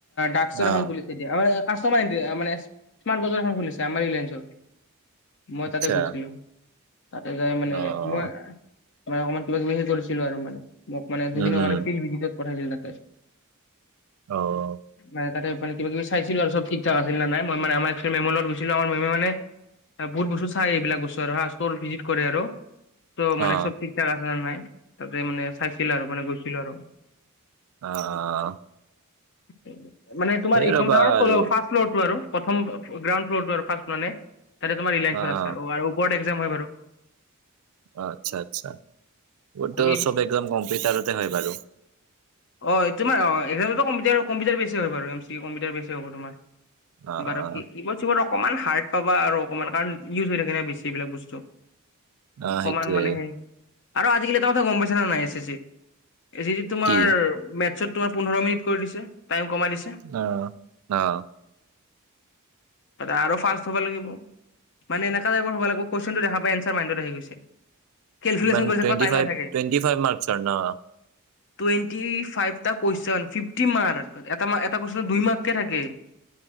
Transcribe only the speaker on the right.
অ',
আচ্ছা
অ'।
উম, উম,
অ',
অ',
অ', অ'।
ৰ'বা
আৰু
অ',
অ',
অ', আচ্ছা, আচ্ছা। মোৰটো
চব একদম কম্পিউটাৰতে হয় বাৰু।
অ',
অ',
অ',
সেইটোয়ে
কি
অ' অ'।
কিমান?
টুৱেনটি
ফাইভ,
টুৱেনটি ফাইভ মাৰ্ক্সৰ ন?